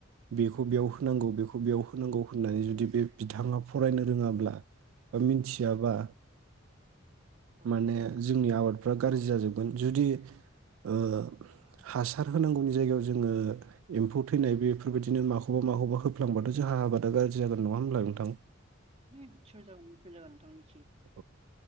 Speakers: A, on the right; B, on the right.
A: बेखौ बेयाव होनांगौ बेखौ बेयाव होनांगौ होननानै जुदि बे बिथाङा फरायनो रोङाब्ला बा मिथियाबा
B: औ
A: माने जोंनि आबाद फ्रा गाज्रि जाजोब गोन जुदि ओ हासार होनांगौनि जायगायाव जोङो एम्फौ थैनाय बेफोरबायदिनो माखौबा माखौबा होफ्लांबाथ' जोंहा आबादा गाज्रि जागोन नङा होमब्लााय नोंथां?
B: निस्सय जागोन निस्सय जागोन नोंथां बि
A: अ